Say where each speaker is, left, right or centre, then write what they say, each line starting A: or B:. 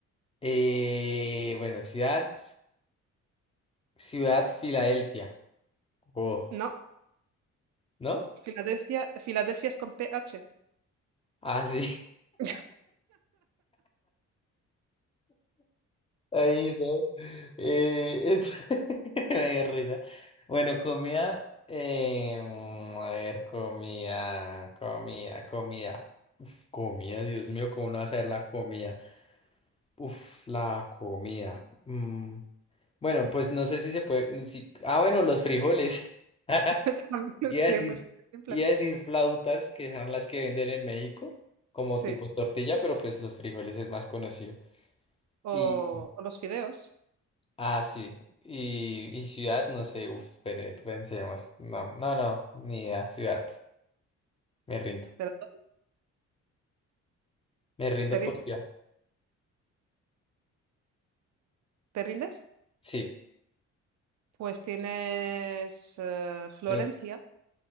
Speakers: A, on the left (about 20°); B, on the right (about 65°).
A: eh, bueno, ciudad, ciudad Filadelfia. Oh,
B: No,
A: ¿no?
B: Filadelfia, Filadelfia es con P H.
A: Ah, sí.
B: <laughs>
A: Ahí no. Eh, es- <laughs> Me dio risa. Bueno, comida. eh, mm, a ver, comida, comida, comida. Uf, comida, Dios mío, ¿cómo no hacer la comida? Uf, la comida. Mm, Bueno, pues no sé si se puede. ni si- Ah, bueno, los frijoles. <laughs>
B: <laughs> También,
A: Iba
B: sí,
A: a decir,
B: es muy simple.
A: iba a decir flautas, que serán las que venden en México, como
B: Sí.
A: tipo tortilla, pero pues los frijoles es más conocido.
B: O,
A: y.
B: o los fideos.
A: Ah, sí. Y, y ciudad, no sé, uf, pero pensemos. No, no, no, ni idea. Ciudad, me rindo.
B: ¿Te, la doy?
A: Me rindo
B: ¿Te rindes?
A: por ciudad.
B: ¿Te rindes?
A: Sí.
B: Pues tienes eh, Florencia.
A: trein-